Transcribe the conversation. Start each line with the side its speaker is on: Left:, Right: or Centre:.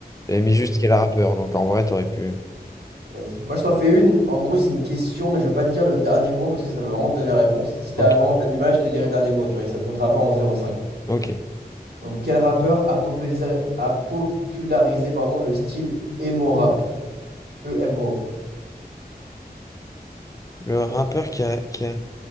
Left: J'avais mis juste quel rappeur, donc en vrai, t'aurais pu.
Right: Vas-y. Moi, je t'en fais une. En gros, c'est une question, mais je vais pas te dire le dernier mot parce que ça va vraiment te donner la réponse. Si t'as
Left: Ok.
Right: vraiment t'as du mal, je te dirai le dernier mot, tu vois, et ça te comptera pas en zéro virgule cinq
Left: Ok.
Right: Donc, quel rappeur a popularisé, a popularisé, pardon, le style emo rap? E-M-O.
Left: Le rappeur qui a, qui a...